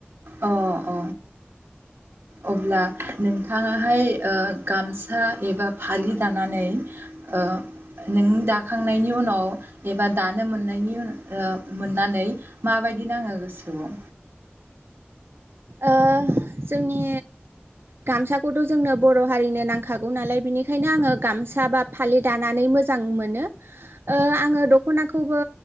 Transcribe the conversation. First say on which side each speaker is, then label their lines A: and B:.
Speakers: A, on the right; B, on the right.
A: अ'अ' अब्ला नोंथाङाहाय ओ गामसा एबा फालि दानानै ओ नों दाखांनायनि उनाव अ'एबा दानो मोननायनि उन ओ मोननानै माबायदि नांङो गोसोआव
B: ओ जोंनि गामसाखौथ' जोंनो बर' हारिनो नांखागौ नालाय बेनिख खायनो आङो गामसा बा फालि दा नानै मोजां मोनो ओ आङो दख'नाखौ बो